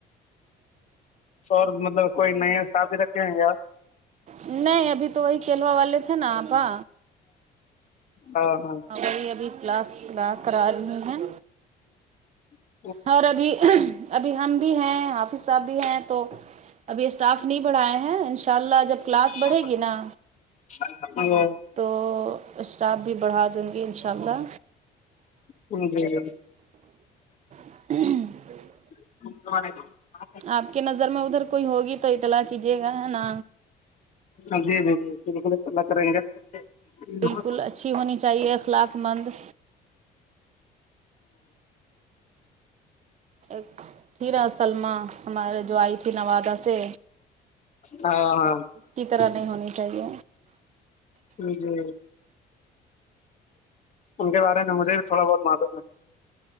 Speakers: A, on the left (about 45°); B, on the right (about 45°).
A: اور مطلب کوئی نئے ساتھی بھی رکھے گے
B: نہیں ابھی تو وہی کیلوا والے تھے نا آپا
A: ا ہاں
B: وھئی ابھی کلاس کرا رہی ہیں
A: ہاں
B: اور ابھی ابھی ہم بھی ہیں حافظ صاحب بھی ہیں تو ابھی اسٹاف نہیں بڑھائے ہیں ان شاء اللہ جب کلاس بڑھے
A: آ
B: گی نا
A: <unintelligible> ہ <unintelligible>
B: تو اسٹاف بھی بڑھا دیں گی انشاء اللہ
A: جی
B: ہ <unintelligible>
A: ب <unintelligible>
B: آپ کی نظر میں ادھر کوئی ہوگی تو اطلاع کیجیے گا ہے نا
A: ہاں جی جی جی بالکل اطلہ کریں گے
B: بالکل
A: ہاں
B: اچھی ہونی چاہیے اخلاق مند ہ ایک <unintelligible> یرا سللما ہمارے جو آئی تھی نوادا سے
A: ہاں
B: کی طرح نہیں ہونی چاہیے
A: جی ان کے بارے میں مجھے بھی تھوڑا بہت معلوم ہے